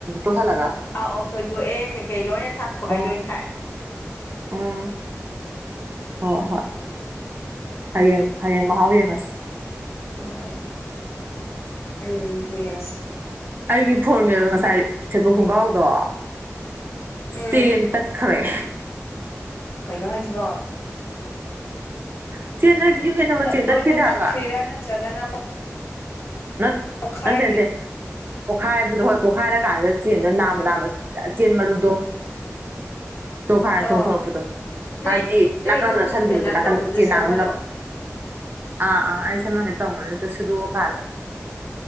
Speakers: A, on the right; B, on the left.
A: ꯇꯣꯠꯁꯤꯜꯂꯒ
B: ꯑꯧ ꯑꯧ ꯁꯣꯏꯗꯣꯛꯑꯦ ꯀꯩꯀꯩ ꯂꯣꯏꯅ ꯊꯛꯄꯈꯩ
A: ꯑꯥ
B: ꯂꯣꯏ ꯊꯥꯏ
A: ꯎꯝ ꯍꯣꯏ ꯍꯣꯏ ꯍꯌꯦꯡ ꯍꯌꯦꯡ ꯃꯍꯥꯎ ꯌꯦꯡꯉꯁꯤ
B: ꯑꯗꯨꯃꯥꯏ ꯎꯝ ꯌꯦꯁ
A: ꯑꯩꯒꯤ ꯐꯣꯔꯃꯦꯜ ꯉꯁꯥꯏ ꯁꯦꯕꯨ ꯈꯣꯡꯒ꯭ꯔꯥꯎꯗꯣ
B: ꯎꯝ
A: ꯆꯦꯟ ꯈꯔꯦ
B: ꯀꯩꯅꯣ ꯍꯥꯏꯁꯤꯕꯣ
A: <unintelligible> ꯆꯦꯟ
B: ꯂꯣꯏꯅ
A: ꯇꯠꯈꯤꯗꯦ
B: ꯇꯠꯈ꯭ꯔꯤꯔꯥ
A: ꯍꯥꯏꯕ
B: ꯅꯠꯇ꯭ꯔꯒꯅ
A: ꯅꯠ
B: ꯄꯣꯛꯈꯥꯏꯔꯤ
A: ꯅꯠꯇꯦ ꯅꯠꯇꯦ ꯄꯣꯛꯈꯥꯏꯕꯗꯣ ꯍꯣꯏ ꯄꯣꯛꯈꯥꯏꯔ ꯀꯥꯟꯗ ꯆꯦꯟꯗ ꯅꯥꯝꯃ ꯅꯥꯝꯃ ꯆꯦꯟ ꯃꯔꯨꯗꯣ ꯇꯣꯈꯥꯏ
B: ꯑꯣ
A: ꯆꯣꯡꯊꯣꯛꯔꯛꯄꯗꯣ
B: ꯅꯣꯏ
A: ꯍꯥꯏꯕꯗꯤ
B: ꯅꯣꯏ
A: ꯅꯥꯀꯟ
B: ꯏꯗꯣꯝꯆꯥ
A: ꯑꯃꯅ ꯅꯥꯞꯁꯟꯈꯤꯕꯗꯣ
B: ꯇꯦꯂꯔ
A: ꯅꯥꯀꯟ
B: ꯇꯧꯕꯗꯨ
A: ꯆꯦꯟ
B: ꯁꯦꯝꯍꯜꯂꯣ
A: ꯅꯥꯝꯃꯥ ꯅꯞ ꯑꯥ ꯑꯥ ꯑꯩ ꯁꯝꯍꯟꯒꯦ ꯇꯧꯕꯅꯦ ꯑꯗꯨꯗ ꯁꯨꯗꯣꯛꯑꯀꯥꯟꯗ